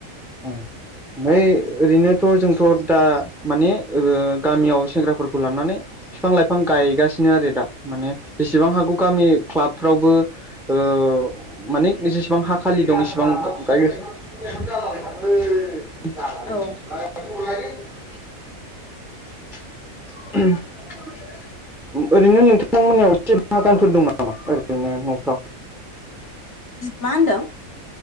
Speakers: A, in the centre; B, on the left.
A: ओमफाय ओरैनो थ' जोंथ' दा माने ओ गामियाव सेंग्राफोरखौ लानानै बिफां लाइफां गायगासिनो आरो दा माने जेसेबां हागौ गामि क्लाबफ्रावबो ओ माने जेसेबां हा खालि दं एसेबां गायो <unintelligible>
B: औ
A: <unintelligible> <unintelligible> ओरैनो नोंथां मोननियाव एसे बागानफोर दं नामा ओरैनो न'फ्राव
B: मा होनदों?